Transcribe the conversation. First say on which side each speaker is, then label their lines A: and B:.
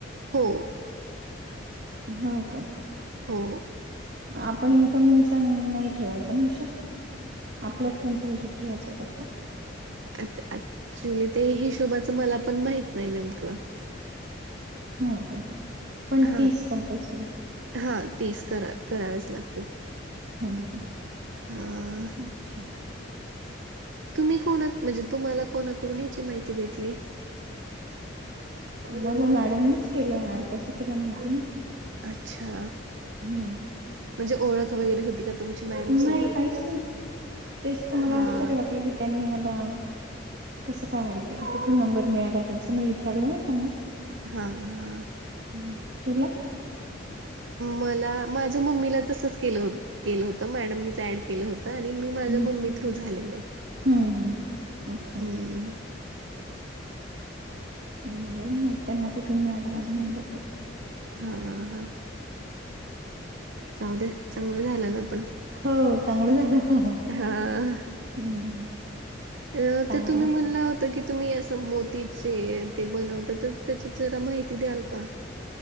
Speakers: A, on the right (about 75°); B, on the right (about 55°).
A: हो.
B: हो का?
A: हो.
B: आपण इन्कमिंगचा नाही ठेवायचा ना हिशोब? आपल्या फोनचा हिशोब ठेवायचं फक्त.
A: आत आत ऍक्च्युली ते हिशोबाच मला पण माहित नाही नेमकं.
B: हो का? पण
A: हा
B: तीस कंपल्सरी.
A: हा तीस करा करावेच लागतील.
B: हम्म हम्म
A: हा
B: अच्छा.
A: तुम्ही कोन आहात. म्हणजे तुम्हाला कोणाकडून ह्याची माहिती भेटली.
B: मला मॅडमनीच केलं ऍड. कसं केलं माहिती नाही.
A: अच्छा.
B: हम्म.
A: म्हणजे ओळख वगैरे होती का? तुमची मॅडम
B: नाही
A: सोबत
B: काहीच नाही. तेच त मला
A: हा
B: आश्चर्य वाटलं की त्यांनी मला कसं काय ऍड केलं. कुठून नंबर मिळाला त्यांच. मी विचारलं नाही त्यांना.
A: हा हा.
B: हम्म तुला?
A: मला माझ्या मम्मीला तसच केलं केलं होत. मॅडमनीच ऍड केलं होत. आणि मी
B: हम्म
A: माझ्या मम्मी थ्रू झाले मग.
B: हम्म हम्म अच्छा
A: हम्म.
B: मलाही नाही माहित. त्यांना कुठून मिळाला माझा नंबर तर.
A: हा हा. जाऊ द्या चांगलं झालं ना पण.
B: हो चांगलं झालं.
A: हा.
B: हम्म
A: अ
B: चांगलं
A: ते तुम्ही म्हणलं होता कि, तुम्ही असं मोतीचे ते बनवता तर, त्याची जरा माहिती द्याल का?